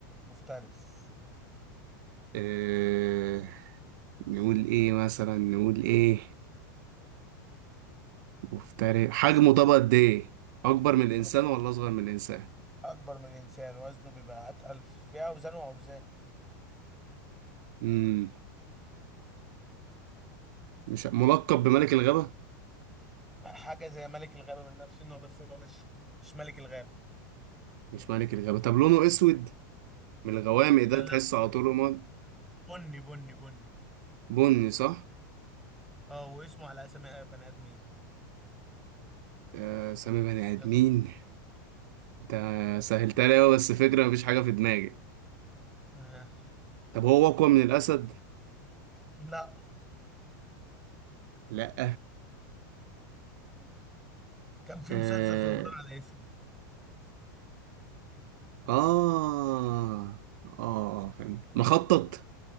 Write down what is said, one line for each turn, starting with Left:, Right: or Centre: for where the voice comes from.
Centre: مفترس
Right: آه... نقول إيه مثلا نقول إيه مفترس حجمه
Centre: اسم اسم
Right: طب قد إيه أكبر من الإنسان
Centre: بس
Right: ولا أصغر من الإنسان؟
Centre: اكبر من الانسان وزنه بيبقى اتقل في اوزانه واوزان
Right: مم. مش ع- ملقب بملك الغابة
Centre: حاجه زي ملك الغابه من نفس النوع بس هو مش مش ملك الغابه
Right: مش ملك الغابة طب لونه اسود من الغوامق ده
Centre: آه، لا
Right: تحسه على طول رماد
Centre: بني بني بني
Right: بني صح
Centre: اه واسمه على اسامي بني ادمين
Right: آه سامي بني ادمين
Centre: يلا
Right: انت سهلتها لي أوي، بس فكرة مفيش حاجة في دماغي
Centre: آه.
Right: طب هو اقوى من الاسد
Centre: لا
Right: لا
Centre: كان في
Right: اه
Centre: مسلسل في رمضان على اسمه
Right: اه, آه. فهمت مخطط